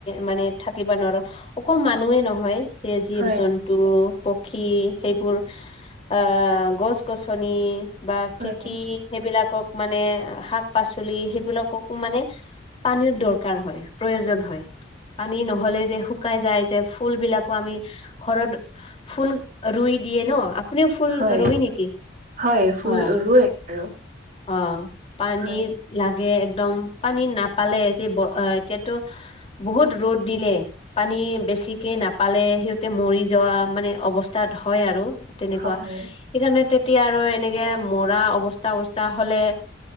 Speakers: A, on the left; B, on the right.
A: মানে থাকিব নোৱাৰো অকল মানুহয়ে নহয়। স জীৱ
B: হয়
A: জন্তু পক্ষী সেইবোৰ আ গছ -গছনি। বা
B: হয়
A: খেতি সেইবিলাকক মানে শাক পাচলি সেইবিলাককো মানে পানীৰ দৰকাৰ হয়। প্ৰয়োজন হয় পানী নহলে যে। শুকাই যায় যে ফুল বিলাকো আমি ঘৰত ফুল ৰুই দিয়ে ন। আপনি ফুল
B: হয়
A: ৰই নেকি
B: হয় ফুল
A: অ।
B: ৰুৱে আৰু
A: অ পানীৰ
B: হয়
A: লাগে এক। দম পানী নাপালে যে ব এতিয়াতো বহুত ৰ'দ দিলে। পানী বেছিকে নাপালে সিহঁতে মৰি যোৱা মানে অৱস্থাত হয় আৰু। তেনেকুৱা
B: হয় হয়
A: সেইকাৰণে তেতিয়া আৰু এনেকে মৰা অৱস্থা অৱস্থা হলে।